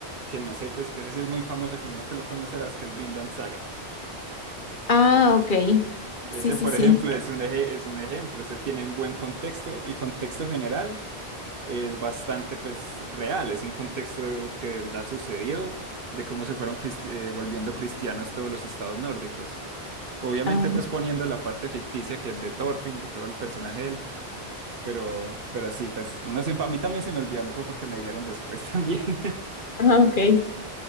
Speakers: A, on the right (about 60°); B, on the left (about 50°).
A: que no sé, pues que ese sí es muy famoso, que menos que lo conocerás, que es Vinland Saga.
B: Ah, ok.
A: Ese,
B: Sí, sí,
A: por
B: sí.
A: ejemplo, es un eje, es un ejemplo, ese tiene un buen contexto. El contexto general es bastante pues real, es un contexto que de verdad sucedió, de cómo se fueron cristi- eh, volviendo cristianos todos los estados nórdicos. Obviamente,
B: Ah,
A: pues poniendo la parte ficticia que es de Thorfinn, de todo el personaje de él, pero, pero sí, pues uno siempre, a mí también se me olvidó, a mí fue porque me dijeron después <laughs> también.
B: ah, ok.